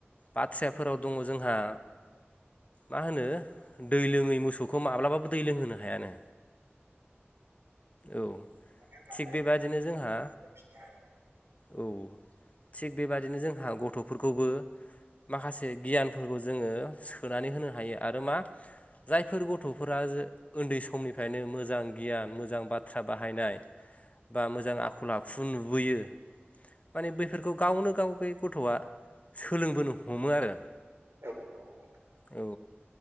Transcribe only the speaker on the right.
आरो राननाय
फिसिनो हाया
औ औ